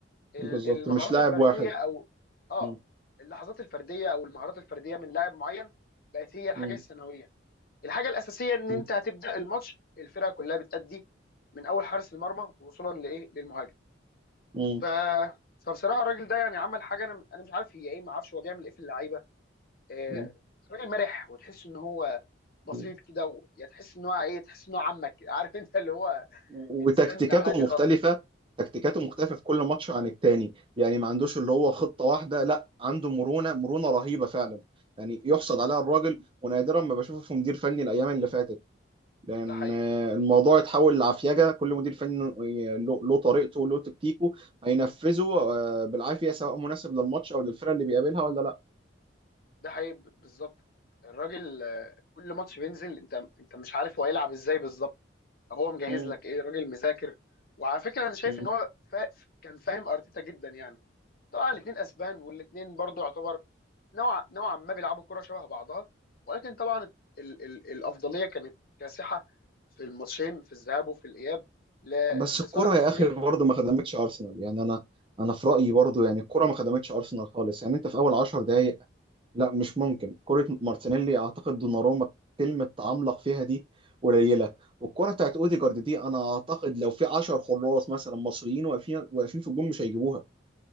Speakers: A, on the left (about 50°); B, on the right (about 25°).
A: ال-
B: بالظبط
A: المهارات
B: مش لاعب
A: الفرديه
B: واحد
A: او اه
B: مم.
A: اللحظات الفرديه او المهارات الفرديه من لاعب معين بقت هي الحاجه
B: مم.
A: الثانويه الحاجه الاساسيه ان
B: مم.
A: انت هتبدا الماتش الفرقه كلها بتأدي من اول حارس المرمى وصولا لايه للمهاجم
B: مم.
A: ف فبصراحه الراجل ده يعني عمل حاجه انا انا مش عارف هي ايه ما اعرفش هو بيعمل ايه في اللعيبه آه،
B: مم.
A: راجل مرح وتحس ان هو بسيط
B: مم.
A: كده و... يعني تحس ان هو ايه تحس ان هو عمك عارف انت اللي هو
B: وتكتيكاته
A: انسان عادي خالص
B: مختلفة تكتيكاته مختلفة في كل ماتش عن التاني يعني ما عندوش اللي هو خطة واحدة لا عنده مرونة مرونة رهيبة فعلا يعني يحصد عليها الراجل ونادرا ما بشوفه في مدير فني الأيام اللي فاتت لان
A: ده حقيقي
B: الموضوع اتحول لعفيجه كل مدير فني له له طريقته وله تكتيكه هينفذه آه، بالعافيه سواء مناسب للماتش او للفرقه اللي بيقابلها ولا لا
A: ده حقيقي ب- بالظبط الراجل آه، كل ماتش بينزل انت انت مش عارف هو هيلعب ازاي بالظبط هو مجهز
B: مم.
A: لك ايه راجل مذاكر وعلى فكره انا شايف
B: مم.
A: ان هو فا... كان فاهم ارتيتا جدا يعني طبعا الاثنين اسبان والاثنين برضو يعتبر نوع نوعا ما بيلعبوا كره شبه بعضها ولكن طبعا ال... ال... الافضليه كانت كاسحه في الماتشين في الذهاب وفي الاياب ل...
B: بس
A: لصالح
B: الكره يا
A: انريكي
B: اخي برضه ما خدمتش ارسنال يعني انا انا في رايي برضه يعني الكره ما خدمتش ارسنال خالص يعني انت في اول 10 دقائق لا مش ممكن كره مارتينيلي اعتقد دوناروما كلمه تعملق فيها دي قليله والكره بتاعت اوديجارد دي انا اعتقد لو في 10 حراس مثلا مصريين واقفين واقفين في الجون مش هيجيبوها